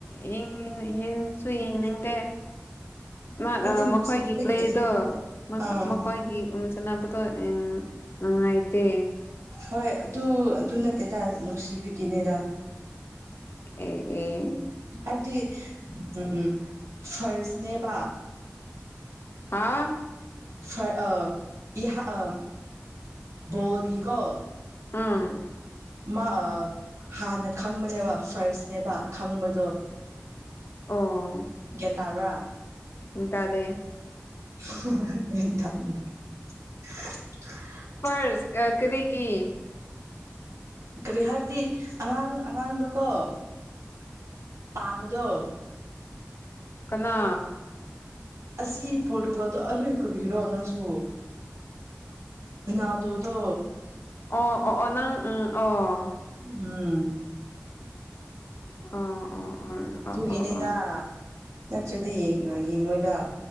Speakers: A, on the left; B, on the right.
A: ꯌꯦꯡ ꯌꯦꯡꯁꯨ ꯌꯦꯡꯅꯤꯡꯗꯦ ꯃꯥ
B: ꯑꯩꯗꯤ
A: ꯑ
B: ꯅꯨꯡꯁꯤꯕꯒꯤ
A: ꯃꯈꯣꯏꯒꯤ ꯄ꯭ꯂꯦꯠꯗꯣ ꯃ
B: ꯑꯥ
A: ꯃꯈꯣꯏꯒꯤ ꯎ <unintelligible> ꯎꯝ ꯅꯨꯡꯉꯥꯏꯇꯦ
B: ꯍꯣꯏ ꯑꯗꯨ ꯑꯗꯨ ꯅꯠꯇꯦꯗ ꯅꯨꯡꯁꯤꯕꯒꯤꯅꯦꯗ
A: ꯑꯦ ꯑꯦ
B: ꯑꯗꯨꯗꯤ ꯎꯝ ꯐ꯭ꯔꯁꯅꯦꯕ
A: ꯍꯥꯥ
B: ꯍꯣꯏ ꯑ ꯌꯥ ꯑ ꯕꯣꯜꯒꯤꯀꯣ
A: ꯎꯝ
B: ꯃꯥ ꯍꯥꯟꯅ ꯈꯪꯕꯅꯦꯕ ꯐꯥꯔꯁꯅꯦꯕ ꯈꯪꯕꯗꯣ
A: ꯑꯣ
B: ꯒꯌ꯭ꯥꯟ ꯇꯥꯕ꯭ꯔꯥ
A: ꯎꯝ ꯇꯥꯗꯦ
B: <unintelligible>
A: ꯐ꯭ꯔꯁ ꯑ ꯀꯔꯤꯒꯤ
B: ꯀꯔꯤ ꯍꯥꯏꯕꯗꯤ ꯑꯉꯥꯡ ꯑꯉꯥꯡꯗꯀꯣ ꯄꯥꯝꯕꯗꯣ
A: ꯀꯅꯥ
B: ꯑꯁꯤ ꯄꯣꯔꯇꯨꯒꯥꯜꯗꯣ ꯑꯔꯦ ꯀꯔꯤꯔꯣ ꯅꯪꯁꯨ ꯔꯣꯅꯥꯜꯗꯣꯗꯣ
A: ꯑꯣ ꯑꯣ ꯑꯣ ꯅꯪ ꯎꯝ ꯑꯣ
B: ꯎꯝ ꯎꯝ
A: ꯑ ꯑꯣ <unintelligible>
B: <unintelligible>
A: ꯑꯣ
B: ꯅꯠꯇ꯭ꯔꯗꯤ ꯌꯦꯡ ꯌꯦꯡꯉꯣꯏꯗ